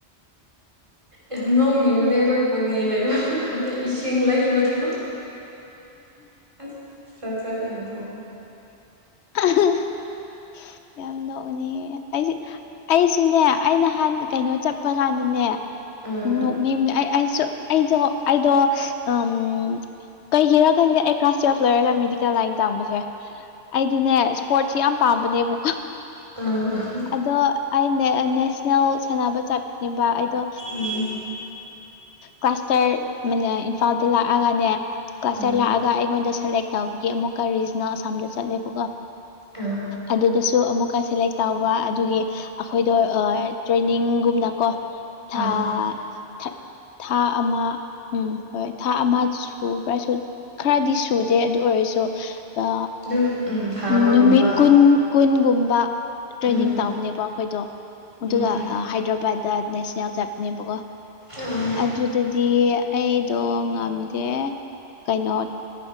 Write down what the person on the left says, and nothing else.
ꯎꯝ
<inaudible> ꯌꯥꯝ <unintelligible> ꯑꯩꯁꯨꯅꯦ ꯑꯩ ꯅꯍꯥꯟ ꯀꯩꯅꯣ ꯆꯠꯄ ꯀꯥꯟꯗꯅꯦ
ꯅꯣꯛꯅꯤꯡ ꯑꯩ ꯑꯩꯁꯨ ꯑꯩꯗꯣ ꯑꯩꯗꯣ ꯎꯝ ꯀꯩꯒꯤꯔ ꯈꯟꯗꯦ ꯑꯩ ꯀ꯭ꯂꯥꯁ ꯇꯨꯌꯦꯜꯞ ꯂꯣꯏꯔꯒ ꯃꯦꯗꯤꯀꯦꯜ ꯂꯥꯏꯟ ꯇꯥꯝꯕꯁꯦ ꯑꯩꯗꯤꯅꯦ ꯁ꯭ꯄꯣꯔꯠꯁ ꯌꯥꯝ ꯄꯥꯝꯕꯅꯦꯕ
ꯑꯗꯣ ꯑꯩꯅꯦ ꯅꯦꯁꯅꯦꯜ ꯁꯥꯟꯅꯕ ꯆꯠꯄꯅꯦꯕ ꯑꯩꯗꯣ
ꯀ꯭ꯂꯥꯁꯇꯔ <unintelligible> ꯏꯝꯐꯥꯜꯗ ꯂꯥꯛꯑꯒꯅꯦ ꯀ꯭ꯂꯥꯁꯇꯔ
ꯂꯥꯛꯑꯒ ꯑꯩꯉꯣꯟꯗ ꯁꯦꯂꯦꯛ ꯇꯧꯕꯒꯤ ꯑꯃꯨꯛꯀ ꯔꯤꯖꯅꯦꯜ ꯑꯁꯥꯝꯗ ꯆꯠꯂꯦꯕꯀꯣ
ꯑꯗꯨꯗꯁꯨ ꯑꯃꯨꯛꯀ ꯁꯦꯂꯦꯛ ꯇꯧꯕ ꯑꯗꯨꯒꯤ ꯑꯩꯈꯣꯏꯗꯣ ꯑꯥ ꯇ꯭ꯔꯦꯅꯤꯡꯒꯨꯝꯅꯀꯣ ꯊꯥ-ꯊꯥ
ꯊꯥ ꯑꯃ ꯎꯝ ꯍꯣꯏ ꯊꯥ ꯑꯃ ꯁꯨ ꯄꯨꯕ꯭ꯔꯥꯁꯨꯠ ꯈꯔꯗꯤ ꯁꯨꯗꯦ ꯑꯗꯨ ꯑꯣꯏꯔꯁꯨ ꯑ
ꯎꯝ
ꯅꯨꯃꯤꯠ ꯀꯨꯟ ꯀꯨꯟꯒꯨꯝꯕ ꯇ꯭ꯔꯦꯅꯤꯡ
ꯇꯧꯕꯅꯦꯕ ꯑꯩꯈꯣꯏꯗꯣ ꯑꯗꯨꯒ
ꯍꯥꯏꯗ꯭ꯔꯕꯥꯗ ꯅꯦꯁ ꯅꯦꯜ ꯆꯞꯅꯦꯕꯀꯣ
ꯑꯗꯨꯗꯗꯤ ꯑꯩꯗꯣ ꯉꯝꯗꯦ ꯀꯩꯅꯣꯠ